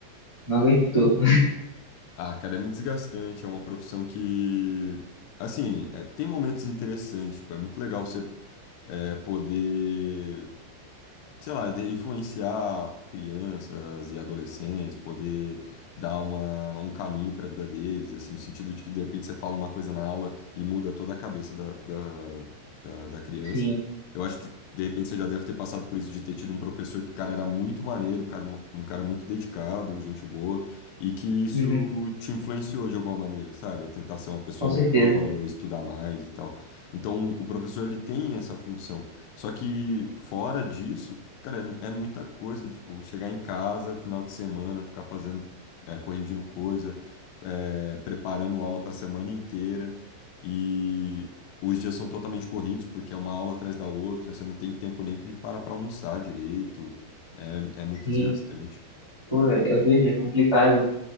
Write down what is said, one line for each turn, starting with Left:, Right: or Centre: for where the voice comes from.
Right: não aguentou.
Left: Ah, cara, é muito desgastante. É uma profissão que, assim, é, tem momentos interessantes. Tipo, é muito legal você é, poder sei lá, de influenciar crianças e adolescentes, poder dar uma, um caminho para a vida deles, assim, no sentido de que de repente você fala uma coisa na aula e muda toda a cabeça da, da, da, da criança.
Right: <laughs> Sim,
Left: Eu acho que de repente você já deve ter passado por isso de ter tido um professor que, cara, era muito maneiro, cara, um um cara muito dedicado, gente boa, e que isso
Right: uhum,
Left: te influenciou de alguma maneira, sabe? A tentar ser uma pessoa
Right: com certeza.
Left: melhor ou estudar mais e tal. Então, o professor ele tem essa função. Só que fora disso, Cara, é, é muita coisa, do tipo, chegar em casa, final de semana, ficar fazendo, é, corrigindo coisa, é, preparando aula para a semana inteira. E os dias são totalmente corridos, porque é uma aula atrás da outra, você não tem tempo nem de parar para almoçar direito. É, é muito
Right: Sim,
Left: desgastante.
Right: pô, eu vejo, é complicado.